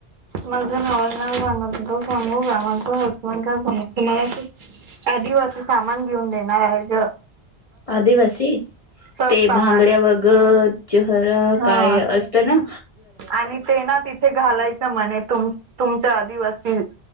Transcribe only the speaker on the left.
आदिवासी,,
ते
भांगड्या वगर चेहरा
काय अस तना.